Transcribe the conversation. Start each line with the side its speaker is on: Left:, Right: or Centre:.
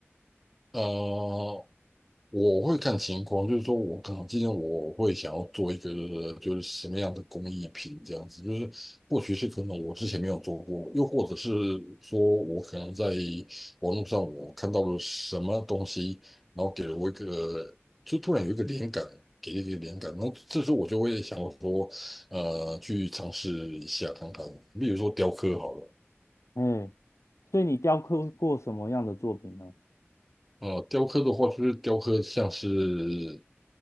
Centre: 呃，我会看情况，就是说我可能今天我会想要做一个就是什么样的工艺品这样子，就是或许是可能我之前没有做过，又或者是说我可能在网络上我看到了什么东西，然后给了我一个就突然有一个灵感，给了一个灵感，然后这时候我就会想说，呃，去尝试一下看看，比如说雕刻好了。
Left: 哎，所以你雕刻过什么样的作品呢？
Centre: 呃，雕刻的话，就是雕刻像是